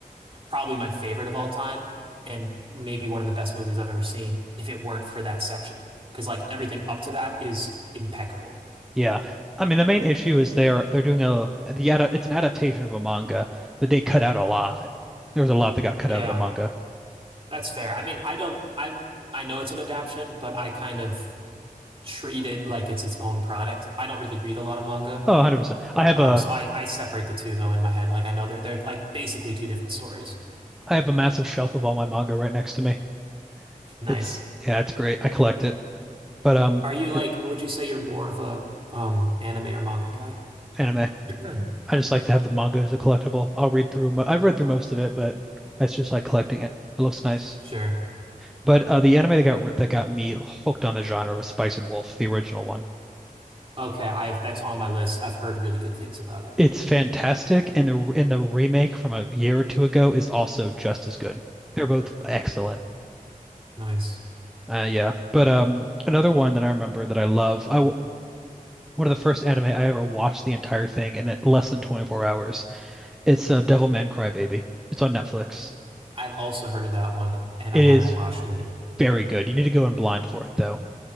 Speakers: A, on the right; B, in the centre.
A: probably my favorite of all time and maybe one of the best movies I've ever seen if it weren't for that section. Because like everything up to that is impeccable.
B: Yeah. I mean, the main issue is they're they're doing a the ad, it's an adaptation of a manga, but they cut out a lot. There was a lot that got cut
A: Yeah,
B: out of the manga.
A: that's fair. I mean, I don't I I know it's an adaptation, but I kind of treat it like it's its own product. I don't really read a lot of manga.
B: Oh, 100%. I have
A: Um,
B: a
A: so I, I separate the two though in my head. Like I know they're they're like basically two different stories.
B: I have a massive shelf of all my manga right next to me.
A: Nice.
B: It's yeah, it's great. I collect it. But um
A: Are you like,
B: it,
A: would you say you're more of a um anime or manga guy?
B: anime.
A: Hmm. <clears throat>
B: I just like to have the manga as a collectible. I'll read through mo- I've read through most of it, but it's just like collecting it. It looks nice.
A: Sure.
B: But uh, the anime that got that got me hooked on the genre was Spice and Wolf, the original one.
A: Okay, I that's on my list. I've heard really good things about it.
B: It's fantastic, and the and the remake from a year or two ago is also just as good. They're both excellent.
A: Nice.
B: Uh, yeah, but um, another one that I remember that I love, I w- one of the first anime I ever watched the entire thing in less than 24 hours. It's uh, Devilman Crybaby. It's on Netflix.
A: I've also heard of that one and
B: It
A: I haven't
B: is
A: watched it.
B: very good. You need to go in blind for it though.